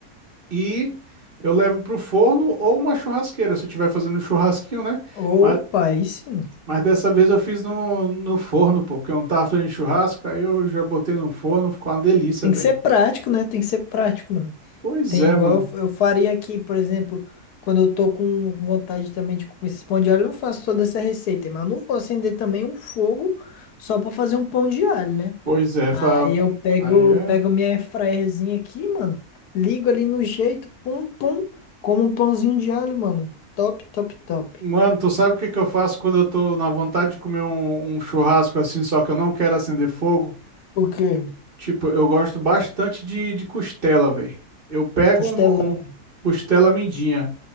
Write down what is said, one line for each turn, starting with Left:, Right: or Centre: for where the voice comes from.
Right: e eu levo pro forno ou uma churrasqueira, se eu estiver fazendo um churrasquinho, né?
Left: Opa,
Right: Mas,
Left: aí sim.
Right: mas dessa vez eu fiz no, no forno, pô, porque eu não tava fazendo churrasco, aí eu já botei no forno, ficou uma delícia,
Left: Tem
Right: velho.
Left: que ser prático, né? Tem que ser prático, mano.
Right: Pois
Left: Tem
Right: é,
Left: igual
Right: mano.
Left: eu, eu faria aqui, por exemplo, quando eu tô com com vontade também de comer esses pão de alho, eu não faço toda essa receita, mas eu não vou acender também um fogo só pra fazer um pão de alho, né?
Right: Pois é, fa...
Left: Aí eu pego,
Right: aí é.
Left: pego minha airfryerzinha aqui, mano, ligo ali no jeito, pum, pum, como um pãozinho de alho, mano. Top, top, top.
Right: Mano, tu sabe o que que eu faço quando eu tô na vontade de comer um, um churrasco assim, só que eu não quero acender fogo?
Left: O quê?
Right: Tipo, eu gosto bastante de, de costela, velho. Eu pego
Left: Costelão.
Right: um, um costela mindinha,